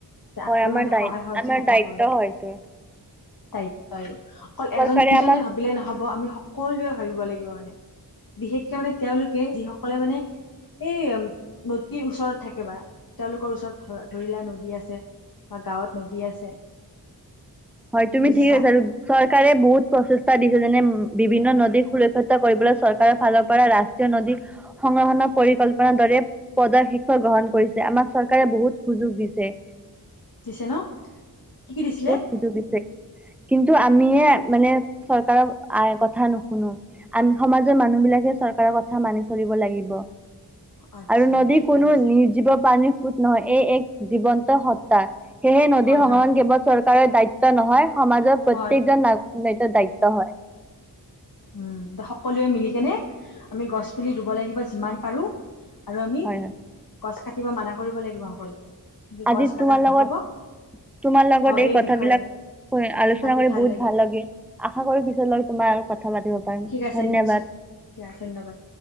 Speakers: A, on the left (about 60°); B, in the centre.
A: যে
B: হয় আমাৰ
A: মানে
B: দায়
A: সহায় সহযোগিতা
B: আমাৰ দায়িত্ব
A: কৰো।
B: হয়তো
A: দায়িত্ব আৰু, অকল
B: চৰকাৰে
A: এজন দুজনে
B: আমাক
A: ভাবিলে নহব, আমি হক সকলোৱে ভাবিব লাগিব মানে, বিশেষকে মানে তেওঁলোকে যিসকলে মানে এই নদীৰ ওচৰত থাকে বা। তেওঁলোকৰ ওচৰত ধ ধৰিলোৱা নদী আছে, বা গাঁৱত নদী আছে।
B: হয় তুমি
A: বুজিছা
B: ঠিকে কৈছা আৰু চৰকাৰে বহুত প্ৰচেষ্টা দিছে। যেনে বিভিন্ন নদী সুৰক্ষিত কৰিবলৈ চৰকাৰৰ ফালৰ পৰা নদী সংৰক্ষণৰ পৰিকল্পনাৰ দৰে <unintelligible> গ্ৰহণ কৰিছে আমাক চৰকাৰে বহুত সুযোগ দিছে।
A: দিছে ন, কি কি দিছিলে?
B: সুজোগ দিছে, কিন্তু আমিয়ে মানে চৰকাৰক আ কথা নুশুনো। আমি সমাজৰ মানুহ বিলাকে চৰকাৰৰ কথা মানি চলিব লাগিব।
A: আচ্ছা
B: আৰু নদীৰ
A: ঠিকে
B: কোনো
A: কৈছা
B: নি ৰ্জীৱ প্ৰানীৰ সুঁত নহয় এই এক জীৱন্ত সত্তা। সেয়েহে, নদী
A: হয়
B: সংৰক্ষণ
A: হয়
B: কেৱল চৰকাৰৰ দায়িত্ব নহয় সমাজৰ, প্ৰত্যেকজন
A: হয়
B: নাগ নৰ দায়িত্ব হয়।
A: ও' সকলোৱে মিলিকেনে আমি গছপুলি ৰুব লাগিব যিমান পাৰো। আৰু আমি
B: হয় হয়
A: গছ কাটিব মানা কৰিব লাগিব সকলোকে।
B: আজি
A: গছ কটা
B: তোমাৰ লগত
A: নহ'ব
B: তোমাৰ লগত
A: অ
B: এই কথাবিলাক
A: বিষয়ে
B: আলোচনা
A: পাতি
B: কৰি বহুত
A: লাগিল
B: ভাল লাগে আশা কৰো পিছলৈ তোমাৰ আৰু কথা পাতিব পাৰিম
A: ঠিক আছে
B: ধন্যবাদ
A: নিশ্চয় দিয়া ধন্যবাদ।